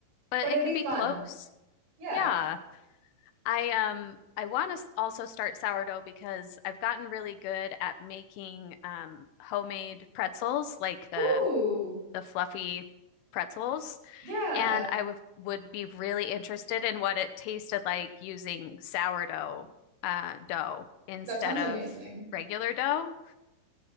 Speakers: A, on the left (about 85°); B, on the right (about 85°).
A: but
B: but
A: it
B: it'd be
A: could be
B: fun.
A: close.
B: Yeah.
A: Yeah. I um I want to also start sourdough because I've gotten really good at making um homemade pretzels, like the
B: Ooh,
A: the fluffy pretzels.
B: yeah.
A: And I would would be really interested in what it tasted like using sourdough uh, dough instead
B: That sounds
A: of
B: amazing.
A: regular dough.